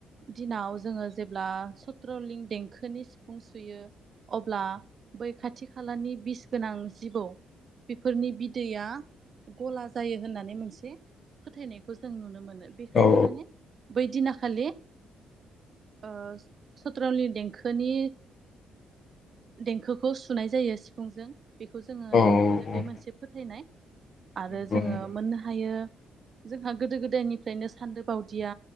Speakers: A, on the right; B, on the left.
A: दिनाव जोङो जेब्ला चत्रलिं देंखोनि सिफुं सुयो अब्ला बै खाथि खालानि बिस गोनां जिबौ बेफोरनि बिदैया गला जायो होननानै मोनसे फोथायनायखौ जों जों नुनो मोनो बेखायनो
B: औ
A: माने बै दिना खालि आ, सत्रावलि देंखोनि, देंखोखौ सुनाय जायो सिफुंजों बेखौ जोङो
B: औ
A: नुनो मोनो बे
B: औ
A: मोनसे फोथायनाय आरो
B: नंगौ
A: जोङो
B: नंगौ
A: मोननो हायो आोंहा गोदो गोदायनिफ्रायनो सानदो बावदिया